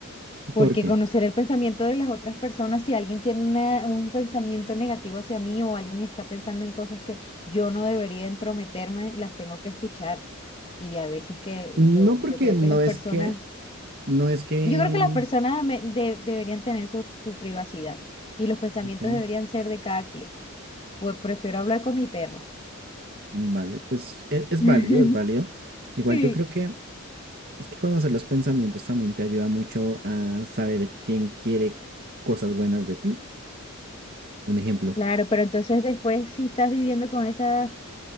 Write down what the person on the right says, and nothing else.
¿Por qué?
No
porque
no
es
que, no es que,
mm,
ok,
vale, pues e- es,
válido, es válido. Igual
yo creo que es que conocer los pensamientos también te ayuda mucho a saber quién quiere cosas buenas de ti. Un ejemplo.